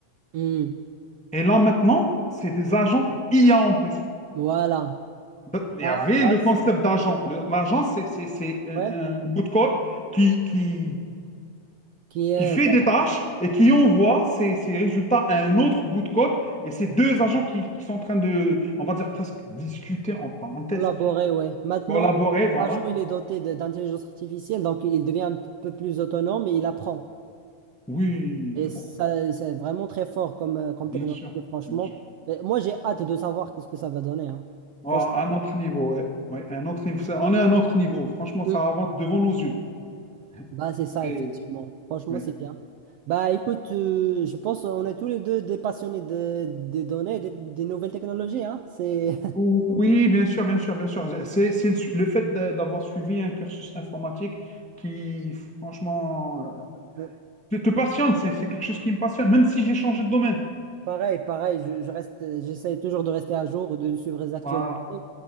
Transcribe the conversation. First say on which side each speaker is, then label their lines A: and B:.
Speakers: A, on the right; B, in the centre.
A: Hmm,
B: Et là, maintenant, c'est des agents IA en plus.
A: Voilà.
B: Ben, Il y
A: Là,
B: avait
A: là,
B: le
A: c-
B: concept d'agent. Le- L'agent, c'est c'est- c'est un,
A: ouais,
B: un bout de code qui, qui
A: qui est
B: qui fait
A: voilà,
B: des tâches et qui envoie ces, ces résultats à un autre bout de code. Et ces deux agents qui, qui sont en train de, on va dire presque discuter, en parenthèse,
A: collaboré, ouais. Maintenant,
B: collaborer, voilà.
A: agent, il est doté de- d'intelligence artificielle, donc il devient un p- peu plus autonome et il apprend.
B: Oui,
A: Et ça,
B: bon,
A: c'est vraiment très fort comme, euh, comme
B: bien
A: technologie,
B: sûr,
A: franchement.
B: bien sûr.
A: Euh, Moi, j'ai hâte de savoir qu'est-ce que ça va donner, hein.
B: Oh,
A: Franchement,
B: un autre niveau, ouais. Ouais, un autre niveau. Ça- On est à un autre niveau. Franchement,
A: Hmm.
B: ça avance devant nos yeux. <laughs>
A: bah, c'est ça,
B: Et-
A: effectivement. Franchement,
B: ouais.
A: c'est bien. Bah, écoute, euh, je pense qu'on est tous les deux des passionnés de, des données, et des, des nouvelles technologies, hein. C'est...
B: Oui, bien sûr, bien sûr, bien sûr. C'est, c'est le, su- le fait d'a- d'avoir suivi un cursus informatique qui, franchement, euh,
A: <laughs>
B: te, te passionne. C'est c'est quelque chose qui me passionne, même si j'ai changé de domaine.
A: Pareil, pareil, je, je reste, j'essaie toujours de rester à jour, de suivre les actualités,
B: Voilà.